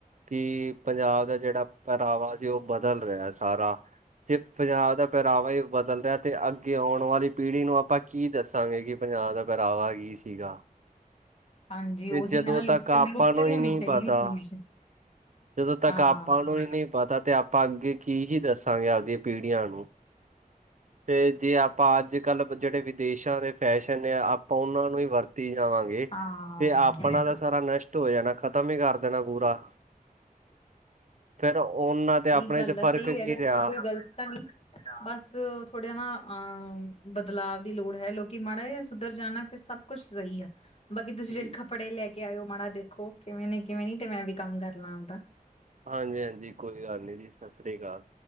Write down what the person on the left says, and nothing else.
ਹਾਂਜੀ
ਉਹੀ
ਨਾ ਲੁਪਤ
ਲੁਪਤ
ਹੋਣੀ
ਚਾਹੀਦੀ
ਚੀਜ਼
ਹਾਂ
ਹਾਂ
ਸਈ
ਗੱਲ
ਐ,
ਸਈ
ਕੈ ਰੇ ਤੁਸੀਂ
ਕੋਈ ਗਲਤ ਤਾਂ ਨਈ। ਬਸ ਥੋੜ੍ਹੇ ਨਾ ਅਹ ਬਦਲਾਵ ਦੀ ਲੋੜ ਹੈ ਲੋਕੀ ਮਾੜਾ ਜਾ ਸੁਧਰ ਜਾਨ ਨਾ ਫਿਰ ਸਭ ਕੁੱਛ ਸਹੀ ਆ। ਬਾਕੀ ਤੁਸੀਂ
ਜੇੜੇ ਕੱਪੜੇ ਲੈ ਕੇ ਆਏ ਓ ਮਾੜਾ ਦੇਖੋ, ਕਿਵੇਂ ਨੇ ਕਿਵੇਂ ਨੀ ਤੇ ਮੈਂ ਵੀ ਕੰਮ ਕਰ ਲਾਂ ਆਪ ਦਾ।